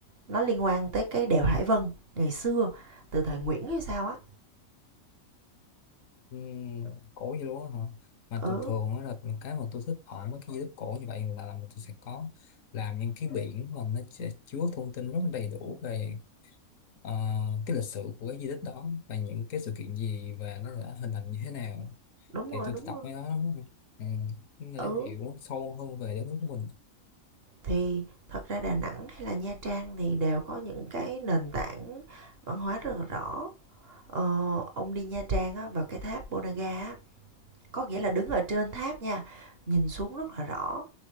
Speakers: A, on the right; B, on the left.
A: nó liên quan tới cái đèo Hải Vân ngày xưa từ thời Nguyễn hay sao á
B: ừm, cổ vậy luôn á hả mà
A: ừ
B: tôi thường á là cái mà tôi thích ở mấy cái di tích cổ như vậy là, là tôi sẽ có làm những cái biển mà nó sẽ chứa thông tin rất là đầy đủ về ờ, cái lịch sử của cái di tích đó và những cái sự kiện gì và nó đã hình thành như thế nào
A: đúng
B: thì
A: rồi
B: tôi
A: đúng rồi
B: đọc mấy đó ừ, để
A: ừ
B: hiểu sâu hơn về đất nước của mình
A: thì thật ra Đà Nẵng hay là Nha Trang thì đều có những cái nền tảng văn hóa rất là rõ ờ, ông đi Nha Trang á vào cái tháp Bonaga á có nghĩa là đứng ở trên tháp nha nhìn xuống rất là rõ